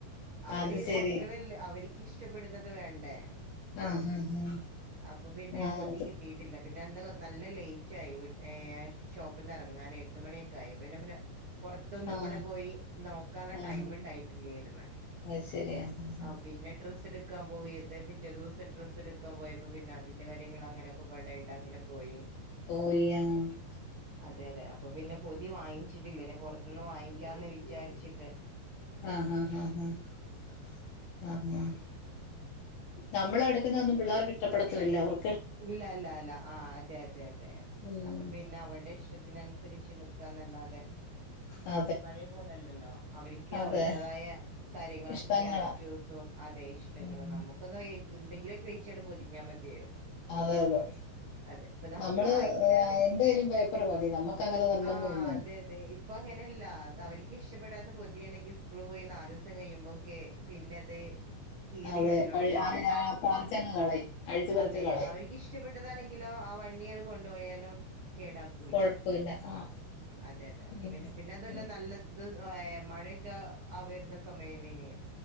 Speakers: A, on the left; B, on the right.
A: ആ
B: അവര്
A: അത് ശരി
B: മക്കളെല്ല അവർക്ക് ഇഷ്ടപ്പെടുന്നത് വേണ്ടേ
A: ആ ആ ആ
B: അപ്പൊ പിന്നെ
A: ആ
B: പൊതി
A: അത്
B: കിട്ടിയിട്ടില്ല പിന്നെ അന്ന് നല്ല ലേറ്റ് ആയി ഏ ഷോപ്പ്ന്ന് ഇറങ്ങാൻ എട്ട് മണിയൊക്കെ ആയി പിന്നെ പിന്നെ പുറത്തൊന്നും
A: ആ
B: കൂടെ പോയി നോക്കാനുള്ള
A: ആഹ്
B: ടൈമ് ഇണ്ടായിട്ടില്ലായിരുന്നു
A: അത് ശരി ആഹ് ആഹ്
B: ആഹ പിന്നെ ഡ്രസ്സ് എടു എടുക്കാൻ പോയത് പിറ്റേ ദിവസം എടുക്കാൻ പോയപ്പോ പിന്നെ അതിന്റെ കാര്യങ്ങ അങ്ങനെൊക്കെ പാടായിട്ട് അങ്ങനെ പോയി
A: പോയാ <inaudible>
B: അതെ അതെ അപ്പൊ പിന്നെ പൊതി വാങ്ങിച്ചിട്ടില്ലയ്ന് പുറത്ത്ന്ന് വാങ്ങിക്കാന്ന് വിചാരിച്ചിട്ട്
A: ആഹ് ഹഹ ആഹ് ഹഹ ആഹഹ നമ്മളെ എടുക്കുന്നൊന്നും പിള്ളേർക്ക് ഇഷ്ടപ്പെടുത്തുല്ല അവർ
B: ഇല്ലല്ല അല്ല ആ് അതെ അതെ അതെ
A: ഉം
B: അപ്പൊ പിന്നെ അവരുടെ ഇഷ്ടത്തിന്നു അനുസരിച്ചു അുസരിച്ച് നിക്കാന്നല്ലാതെ
A: അ
B: പഴയ പോലെല്ലല്ലോ അവർക്ക്
A: അതെ
B: അവരുടേതായ കാര്യങ്ങളും
A: ഇഷ്ടങ്ങളാ
B: ക്യാരക്ടേഴ്സും അതെ ഇഷ്ടങ്ങൾ
A: ഉം
B: നമുക്കൊന്ന് എന്തെങ്കിലുമ ഒക്കെ ചഴിച്ചാണ്ട് പൊതിഞ്ഞാൽ മതിയായിരുന്നു
A: അതെ അതെ
B: അതെ ഇപ്പൊ
A: നമ്മള്
B: വാങ്ങിച്ചാല്
A: എന്തേലും പേപ്പർ മതി നമ്മുക്ക് അങ്ങനെ നിർബന്ധം
B: ആഹ്
A: ഒന്നും
B: അതെ അതെ ഇപ്പൊ അങ്ങനെയല്ല അവർക്ക് ഇഷ്ടപ്പെടാത്ത പൊതിയാണെങ്കിൽ മക്കള് പോയി നാല് ദിവസം കഴിയുമ്പോക്കെ പിന്നെ അത് കീറി
A: അതെ
B: എല്ലൊടിഞ്ഞിട്ടുണ്ടാകും
A: പഴ് പറിച്ചങ്ങ് കളയും അഴിച്ചു പറിച്ച്
B: അതെ
A: കളയും
B: അവർക്ക് ഇഷ്ടപ്പെട്ടതാണെങ്കിലോ ആ വൺ ഇയർ കൊണ്ടുപോയാലും കേടാക്കൂല
A: കൊഴപ്പല്ല ആഹ്
B: അതെ അതെ അപ്പ
A: ഉം
B: പിന്നെ പിന്നെ അതുല്ല
A: ഉം
B: നല്ല ത്‌ മഴയൊക്കെ ആ വരുന്ന സമയ